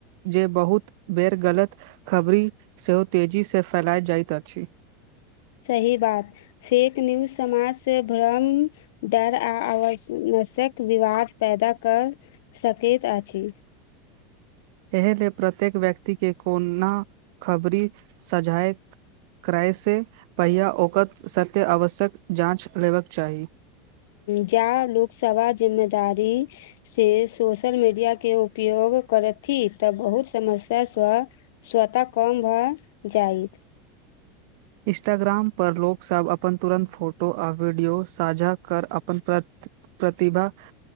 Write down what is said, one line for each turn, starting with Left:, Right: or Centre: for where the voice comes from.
Right: जे बहुत बेर गलत खबरी सेहो तेजी से फैलाई जाइत अछि
Left: <inaudible> सही बात फेक न्यूज समाज से भ्रम डर आ आव मस्यक विवाद पैदा कऽ सकैत अछि
Right: एहेले प्रत्येक व्यक्ति के कोन्ना खबरी सजाए करयसँ पहिया ओकत सत्य आवश्यक जाँच लेबाक चाही
Left: जाय लोकसभा जिम्मेदारी से सोशल मीडिया के उपयोग योग करथि तऽ बहुत समस्या स स्वतः कम भऽ जायत
Right: इस्टाग्राम पर लोकसब अपन तुरन्त फोटो आ वीडियो साझा कर अपन प्रति प्रतिभा